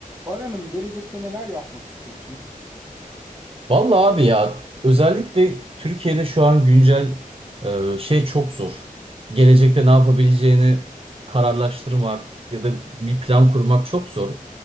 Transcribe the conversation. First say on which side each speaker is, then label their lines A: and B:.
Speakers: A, on the right; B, on the right.
A: Bahar Hanım, gelecekte neler yapmak istiyorsun?
B: Vallahi abi ya özellikle Türkiye'de şu an güncel e, şey çok zor. Gelecekte ne yapabileceğini kararlaştırmak ya da bir plan kurmak çok zor.